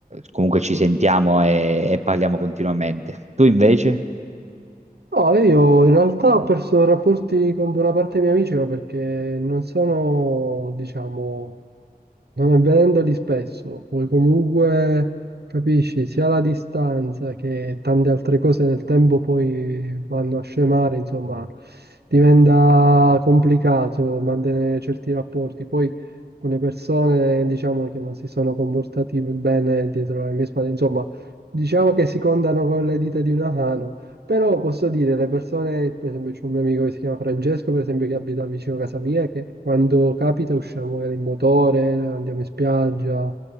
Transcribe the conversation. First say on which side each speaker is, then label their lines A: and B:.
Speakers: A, on the right; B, on the right.
A: comunque ci sentiamo e, e parliamo continuamente. Tu invece?
B: No, io in realtà ho perso rapporti con buona parte dei miei amici, ma perché non sono, diciamo. non avendoli spesso, poi comunque capisci sia la distanza che tante altre cose nel tempo poi vanno a scemare, insomma, diventa complicato mantenere certi rapporti. Poi alcune persone diciamo che non si sono comportati bene dietro le mie spalle, insomma, diciamo che si contano con le dita di una mano però posso dire, le persone, per esempio c'è un mio amico che si chiama Francesco, per esempio, che abita vicino a casa mia, che quando capita usciamo magari in motore, andiamo in spiaggia,